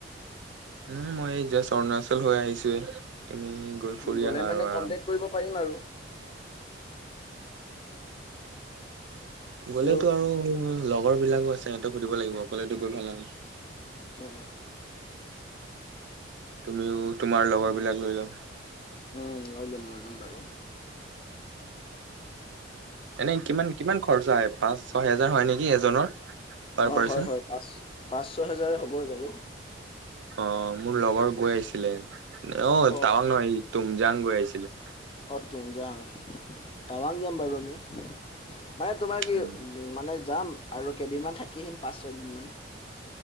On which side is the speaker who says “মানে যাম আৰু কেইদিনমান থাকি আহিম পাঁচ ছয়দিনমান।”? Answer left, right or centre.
Left